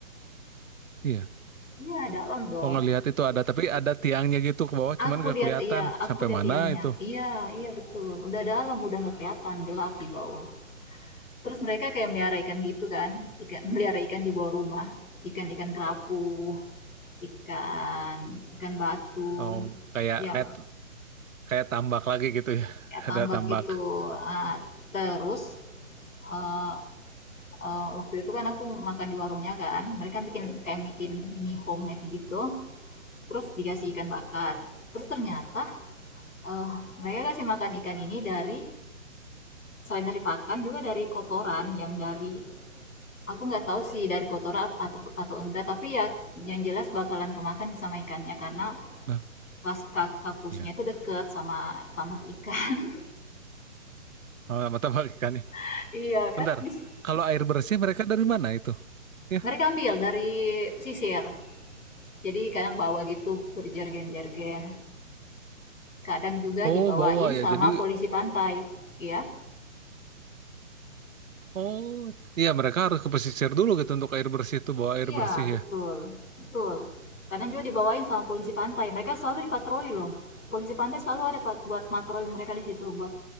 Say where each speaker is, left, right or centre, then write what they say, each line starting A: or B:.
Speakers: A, on the right; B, on the left.
A: iya.
B: Iya, dalam dong.
A: Oh ngelihat itu ada tapi ada tiangnya gitu ke bawah cuman
B: Aku
A: gak
B: lihat
A: kelihatan
B: iya, aku
A: sampai
B: lihat
A: mana
B: tiangnya.
A: itu.
B: Iya, iya betul. Udah dalam, udah nggak kelihatan gelap di bawah. Terus mereka kayak melihara ikan gitu kan, ikan melihara ikan di bawah rumah, ikan-ikan kerapu, ikan ikan batu,
A: Oh, kayak
B: ya
A: kayak kayak tambak lagi gitu ya. <laughs>
B: kayak tambak
A: Ada tambak.
B: gitu. Ah, terus eh, eh, waktu itu kan aku makan di warungnya kan, mereka bikin kayak bikin mie homemade gitu, terus dikasih ikan bakar. Terus ternyata eh, mereka kasih makan ikan ini dari selain dari pakan juga dari kotoran yang dari Aku nggak tahu sih dari kotoran atau atau enggak, tapi ya yang jelas bakalan kemakan sih sama ikannya karena
A: Nah,
B: pas kak- kakusnya
A: iya.
B: itu deket sama tamak ikan.
A: Sama sama tambak ikannya.
B: <laughs> iya kan?
A: Bentar.
B: Di-
A: Kalau air bersih mereka dari mana itu? Ya.
B: mereka ambil dari sisir. Jadi kadang bawa gitu berjergen-jergen. Kadang juga
A: Oh,
B: dibawain
A: bawa ya.
B: sama
A: Jadi
B: polisi pantai, ya.
A: Oh, iya mereka harus ke pesisir dulu gitu untuk air bersih itu bawa air
B: Iya,
A: bersih
B: betul,
A: ya.
B: betul. Kadang juga dibawain sama polisi pantai. Mereka selalu dipatroli loh. Polisi pantai selalu ada Pak, buat patroli mereka di situ, buat